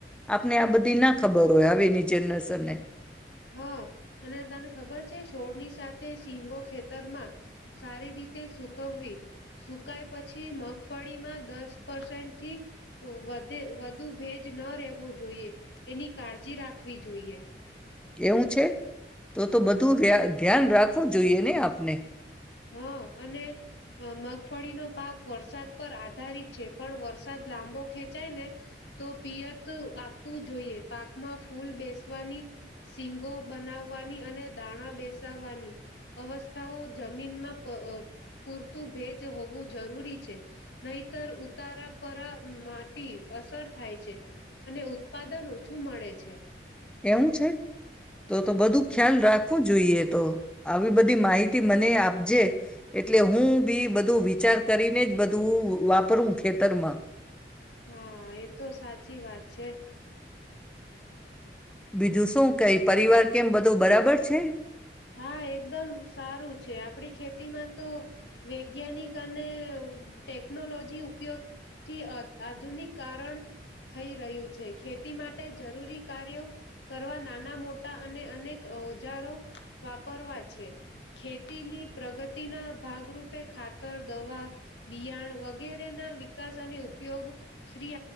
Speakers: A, in the centre; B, on the left.
A: આપણે આપથી ના ખબર. ધોયા બી નીચેનેસર ને
B: હા અને તને ખબર છે છોડની સાથે શીંગો ખેતરમાં સારી રીતે સુકવવી સુકાય પછી મગફળીમાં દસ પસેન્ટથી વધે વધુ ભેજ ન રહેેવો જોઈએ એની કાળજી રાખવી જોઈએ.
A: કેવું છે તો તો બધું વ્ય ધ્યાન રાખવું જોઈએ ને આપને.
B: હા અને મગફળીનો પાક વરસાદ પર આધારિત છે. પણ વરસાદ લાંબો ખેચ ચાયને તો પિયત આપવું જોઈએ પાકમાં ફૂલ બેસવાની સીંગો બનાવવાની અને દાણા બેસાવવાની અવસ્થાઓ જ મીનમાં પ પૂરતું ભેજ હોવું જરૂરી છે. નહીતર ઉતારાપરા માટેટી અસર થાય છે અને ઉત્પાદન ઓછું મળે છે.
A: એવું છે તો તો બધું ખ્યાલ રાખવું જોઈએ તો આવી બધી માહિતી મને આપજે. એટલે હું બી બધું વિચાર કરીને જ બધું વાપરું ખેતરમાં.
B: હા એતો સાચી વાત છે.
A: બીજું શું કઈ પરિવાર કેમ બધું બરાબર છે.
B: હા એકદમ સારું છે આપણી ખેતીમાં તો વૈજ્ઞાનિક અને ટેકનોલોજી ઉપયોગથી આધુનિક કારણ થઈ રહ્યું છે ખેતી માટે જરૂરી કાર્યો કરવા નાના મોટા અને અનેક ઓજારો વાપરવા છે. ખેતીની પ્રગતિના ભાગરૂપે ખાતર દવા બિયાણ વગેરે ના વિકાસ અને ઉપયોગ શ્રી